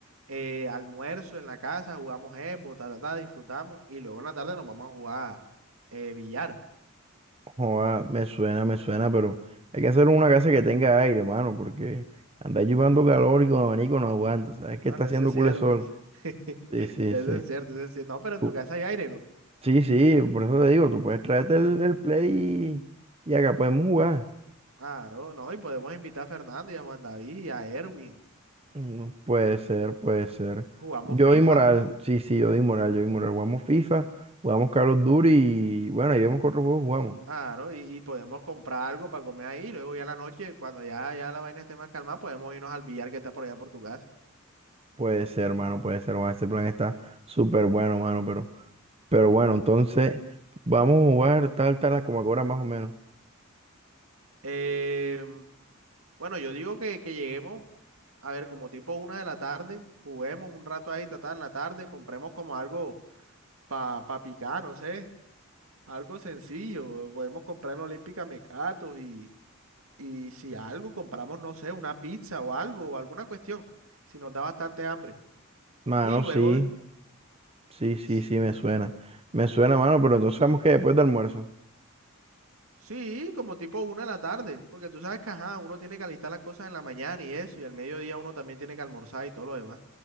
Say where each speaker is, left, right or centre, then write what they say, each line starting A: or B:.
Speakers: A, on the right; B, on the right.
A: eh, almuerzo en la casa, jugamos Xbox, ta, ta, ta, disfrutamos y luego en la tarde nos vamos a jugar eh, billar.
B: joda, me suena, me suena, pero hay que hacer una casa que tenga aire, mano, porque andar llevando calor y con abanico no aguanta, ¿sabes qué
A: Bueno,
B: está haciendo
A: eso es cierto,
B: culo el sol?
A: eso <laughs>
B: Sí, sí,
A: eso
B: sí.
A: es cierto, eso es cierto. No, pero en
B: Tú-
A: tu casa hay aire, ¿no?
B: Sí, sí, por eso te digo, tú puedes traerte el, el Play y, y acá podemos jugar.
A: Claro, no, y podemos invitar a Fernando y a Juan David y a Erwin.
B: Mm, Puede ser, puede ser.
A: Jugamos
B: Yo
A: FIFA.
B: doy moral, sí, sí, yo doy moral, yo doy moral. Jugamos FIFA, jugamos Call of Duty y bueno, ahí vemos qué otros juegos jugamos.
A: Claro, y, y podemos comprar algo para comer ahí. Luego ya en la noche, cuando ya, ya la vaina esté más calmada, podemos irnos al billar que está por allá por tu casa.
B: Puede ser, hermano, puede ser, mano, este plan está súper bueno, mano, pero, pero bueno, entonces vamos a jugar tal, tal, como ahora más o menos.
A: Em, bueno, yo digo que, que lleguemos, a ver, como tipo una de la tarde, juguemos un rato ahí, tratar en la tarde, compremos como algo para pa pa picar, no sé, algo sencillo. Podemos comprar en Olímpica mecatos y, y si algo, compramos, no sé, una pizza o algo, o alguna cuestión, si nos da bastante hambre.
B: Mano,
A: Y luego...
B: sí, sí, sí,
A: si-
B: sí, me suena. Me suena, mano, pero entonces sabemos que después del almuerzo.
A: Sí, como tipo una de la tarde, porque tú sabes que ajá, uno tiene que alistar las cosas en la mañana y eso, y al mediodía uno también tiene que almorzar y todo lo demás.